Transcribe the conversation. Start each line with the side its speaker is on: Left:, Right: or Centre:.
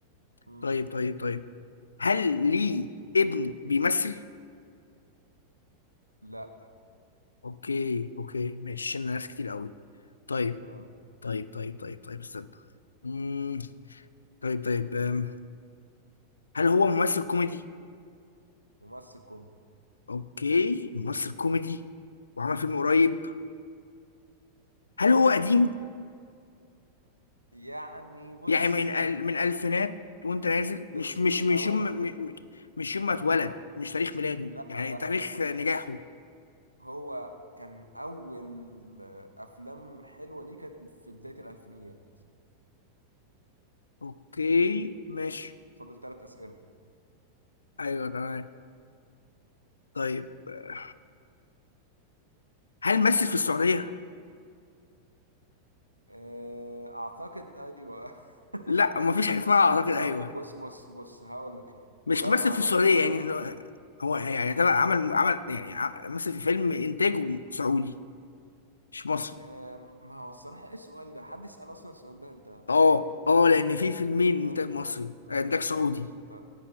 Right: مم.
Left: طيب طيب طيب هل ليه ابن بيمثل؟
Right: لا
Left: اوكي اوكي ماشي شلنا ناس كتير قوي طيب
Right: آه.
Left: طيب طيب طيب طيب استنى مم. طيب طيب أم. هل هو ممثل كوميدي؟
Right: ممثل كوميدي
Left: اوكي ممثل كوميدي وعمل فيلم قريب هل هو قديم؟
Right: آه. يعني بص
Left: يعني من ال-
Right: من
Left: من الألفينات وانت نازل
Right: بز
Left: مش مش
Right: من
Left: مش
Right: أوائل
Left: يوم م-
Right: من
Left: م- مش يوم ما اتولد
Right: ما هو
Left: مش تاريخ ميلاده
Right: لا
Left: يعني
Right: لا
Left: تاريخ
Right: لا بص
Left: نجاحه
Right: بص هو كان أول أفلام حلوة ليه كانت في بداية الألفينيات
Left: اوكي ماشي
Right: فاضل ثلاث أسئلة
Left: ايوه تمام طيب آه، هل مثل في السعودية؟
Right: آه، أعتقد أيوه <laughs>
Left: لا ما فيش حاجه
Right: بص
Left: اسمها اعتقد
Right: ولو
Left: ايوه
Right: بص بص بص هقول لك
Left: مش
Right: ولو
Left: مثل
Right: معلومتي
Left: في السعوديه
Right: غلط
Left: يعني إنه- هو يعني
Right: لو
Left: تبع عمل عمل يعني ع- مثل في فيلم انتاجه سعودي مش مصري
Right: آه، ما هو الصراحة إيه السؤال ده حد يسأل أصلا السؤال ده أنت أنت
Left: اه
Right: إيه
Left: اه لان في فيلمين
Right: ماشي
Left: انتاج مصري
Right: ماشي
Left: انتاج سعودي
Right: ماشي طيب